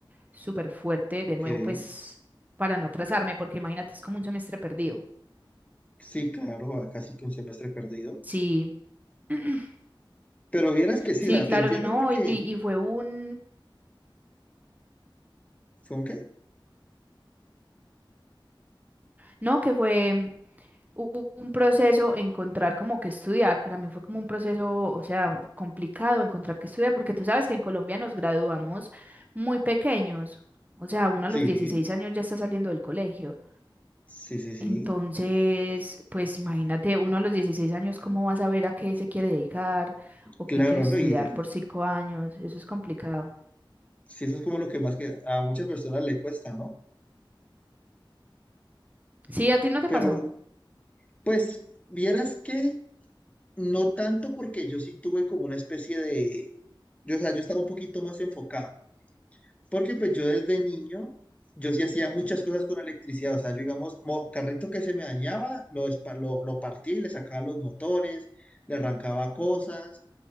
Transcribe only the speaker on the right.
súper fuerte
de nuevo, pues para no atrasarme, porque imagínate, es como un semestre perdido.
Sí, <clears throat>
sí,
claro,
no,
y, y fue un,
no, que fue u- un proceso encontrar como que estudiar, para mí fue como un proceso, o sea, complicado encontrar que estudiar, porque tú sabes que en Colombia nos graduamos muy pequeños, o sea, uno
a los 16 años ya está saliendo del colegio.
Entonces, pues imagínate, uno a los 16 años, ¿cómo vas a ver a qué se quiere dedicar o
qué quiere estudiar
por cinco años? Eso es complicado.
Sí, a ti no te
pasó.